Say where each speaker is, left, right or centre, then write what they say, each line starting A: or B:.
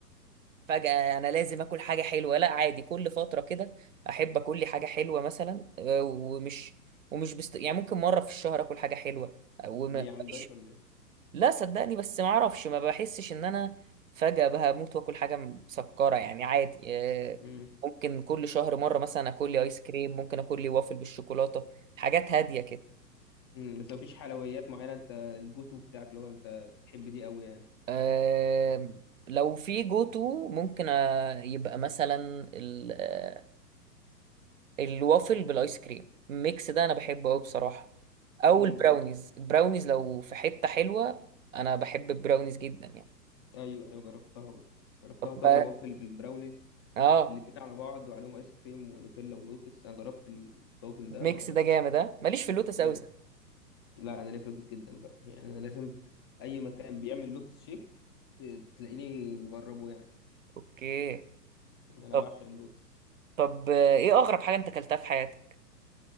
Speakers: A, on the right (about 50°); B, on the left (about 15°).
A: فجأة انا لازم اكل حاجه حلوه لا عادي كل فتره كده احب اكل لي حاجه حلوه مثلا آه، ومش ومش بست... يعني ممكن مره في الشهر اكل حاجه حلوه وماليش
B: ليه عامل دايت ولا ايه
A: لا صدقني بس ما اعرفش ما بحسش ان انا فجأة بموت واكل حاجة مسكرة يعني عادي آه،
B: امم
A: ممكن كل شهر مرة مثلا اكل لي ايس كريم ممكن اكل لي وافل بالشوكولاتة حاجات هادية كده
B: امم بس مفيش حلويات معينه انت الجوتو بتاعك اللي هو انت بتحب دي قوي يعني
A: آه، لو في جو تو ممكن آه، يبقى مثلا ال- آه، الوافل بالايس كريم الميكس ده انا بحبه قوي بصراحة او
B: امم
A: البراونيز البراونيز لو في حتة حلوة انا بحب البراونيز جدا يعني
B: ايوه ايوه جربتها برضه جربتها
A: طب
B: طاجن وافل بالبراونيز
A: اه
B: الاتنين على بعض وعليهم ايس كريم ونوتيلا ولوتس انا جربت الطاجن
A: الميكس
B: ده ده
A: ده
B: ده
A: جامد ها ماليش في اللوتس
B: جامد
A: قوي
B: لا انا ليا في لوتس جدا بقى يعني انا لازم اي مكان بيعمل لوتس شيك آه، تلاقيني مجربه يعني
A: اوكي
B: انا
A: طب
B: بعشق اللوتس
A: طب آه، ايه اغرب حاجه انت اكلتها في حياتك